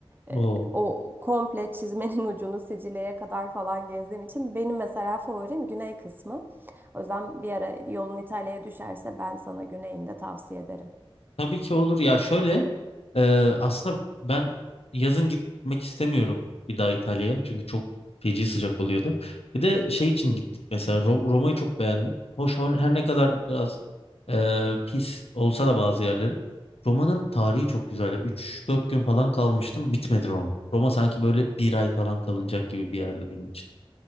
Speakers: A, on the left (about 80°); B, on the right (about 20°).
A: Oo.
B: E, o komple çizmenin <laughs> ucunu Sicilya'ya kadar falan gezdiğim için benim mesela favorim güney kısmı. O yüzden bir ara yolun İtalya'ya düşerse ben sana güneyini de tavsiye ederim.
A: Tabii ki olur. Ya şöyle e, aslında ben yazın gitmek istemiyorum bir daha İtalya'ya. Çünkü çok feci sıcak oluyordu. Bir de şey için gittik mesela Ro- Roma'yı çok beğendim. Hoş her her ne kadar biraz e, pis olsa da bazı yerleri. Roma'nın tarihi çok güzel. Üç dört gün falan kalmıştım. Bitmedi Roma. Roma sanki böyle bir ay falan kalınacak gibi bir yerdi benim için.